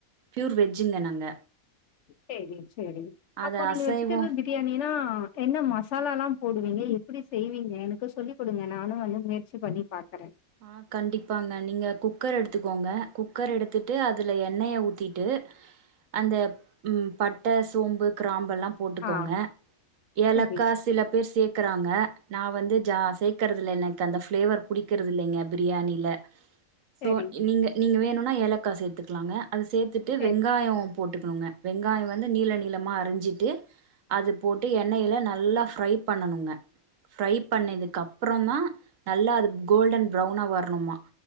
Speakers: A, on the right; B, on the left.
A: ப்யூர் வெஜ்ஜுங்க நாங்க
B: செரி சேரி
A: அது
B: அப்போ நீங்க
A: அசைவோ
B: வெஜுடேபிள் பிரியாணினா அ என்ன மசாலால்லா போடுவீங்க எப்டி செய்வீங்க எனக்கு சொல்லிக் குடுங்க நானு வந்து முயற்சி பண்ணி பாக்குறே
A: ஆ கண்டிப்பாங்க நீங்க குக்கர் எடுத்துக்கோங்க குக்கர் எடுத்துட்டு அதுல எண்ணெய ஊத்திட்டு அந்த ம் பட்ட சோம்பு கிராம்பு ல்லா போட்டுக்கோங்க
B: ஆ
A: ஏலக்கா
B: செரி
A: சில பேர் சேர்க்கறாங்க நா வந்து ஜா சேக்கறதுல எனக்கு அந்த ஃப்ளேவர் பிடி கிறதுல்லேங்க பிரியாணில
B: செரி
A: சோ ன் நீங்க நீங்க வேணு நா ஏலக்கா சேத்துக்குலாங்க அத சேத்துட்டு
B: செரி
A: வெங்காயோ போட்டுப்போங்க வெங்காயோ வந்து நீல நீலமா அறிஞ்சிட்டு அது போட்டு எண்ணெயில நல்ல ஃப்ரை பண்ணணுங்க ஃப்ரை பண்ணதுக்கு அப்பறோ தா நல்லா அது கோல்டன் ப்ரௌனா வர்ணுமா